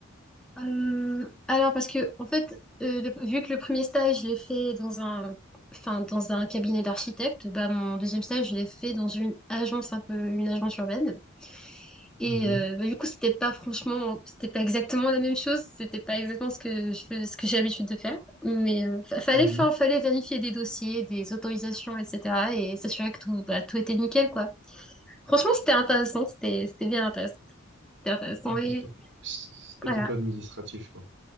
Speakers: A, in the centre; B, on the right (about 60°).
A: Euh, alors, parce que, en fait, euh, le- vu que le premier stage, je l'ai fait dans un, enfin, dans un cabinet d'architecte, bah, mon deuxième stage, je l'ai fait dans une agence, un peu une agence urbaine. Et
B: Mhm,
A: euh, bah, du coup, c'était pas franchement, c'était pas exactement la même chose, c'était pas exactement ce que je, fais- ce que j'ai l'habitude de faire, mais euh, fa- fallait
B: mhm.
A: faire, fallait vérifier des dossiers, des autorisations, etc. et s'assurer que tout, bah, tout était nickel, quoi. Franchement, c'était intéressant, c'était, c'était bien intéressant, c'était intéressant
B: Ok,
A: et
B: c'était, pl- c'était
A: voilà.
B: plutôt administratif, quoi.